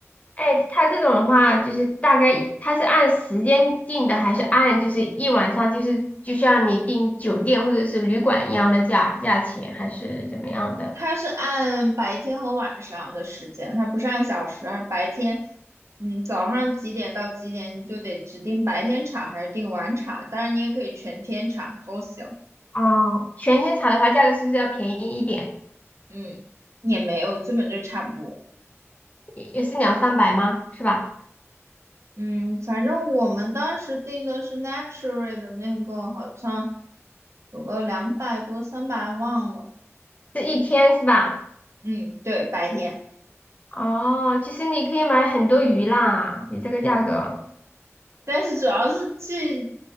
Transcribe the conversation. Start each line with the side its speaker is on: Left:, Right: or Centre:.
Left: 哎，他这种的话，就是大概他是按时间定的，还是按就是一晚上就是就像你订酒店或者是旅馆一样的价价钱，还是怎么样的？
Right: 它是按白天和晚上的时间，它不是按小时。而白天，嗯，早上几点到几点，你就得指定白天场还是定晚场。当然，你也可以全天场都行。
Left: 哦，全天查的话，价格是不是要便宜一点？
Right: 嗯，也没有，基本就差不多。
Left: 也也是两三百吗？是吧？
Right: 嗯，反正我们当时定的是 luxury 的那个，好像有个两百多、三百，忘了。
Left: 是一天是吧？
Right: 嗯，对，白天，
Left: 哦，其实你可以买很多鱼啦，你这个价格，
Right: 但是主要是去